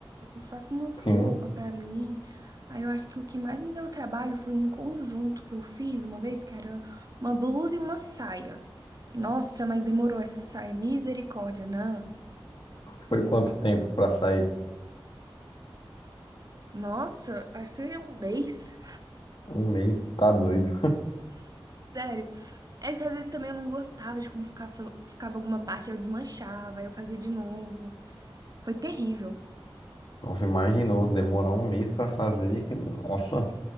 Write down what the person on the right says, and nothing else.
Eu faço umas
roupas pra mim. Aí eu acho que o que mais me deu trabalho foi um conjunto que eu fiz uma vez, que era uma blusa e uma saia. Nossa, mas demorou essa saia. Misericórdia, né?
Nossa, acho que é um mês.
<laughs> Sério. É que às vezes também eu não gostava de como ficava, ficava alguma parte, eu desmanchava, aí eu fazia de novo. Foi terrível.